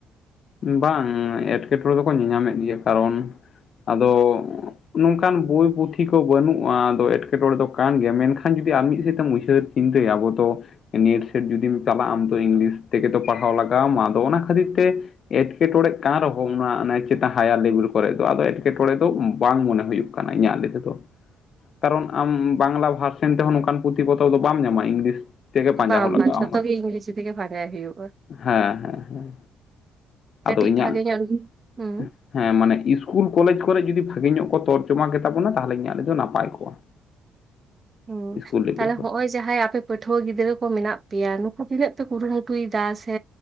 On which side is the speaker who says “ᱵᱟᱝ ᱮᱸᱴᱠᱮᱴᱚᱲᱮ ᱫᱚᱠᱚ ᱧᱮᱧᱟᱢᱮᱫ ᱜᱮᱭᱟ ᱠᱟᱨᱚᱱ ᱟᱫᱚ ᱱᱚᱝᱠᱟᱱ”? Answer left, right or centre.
Left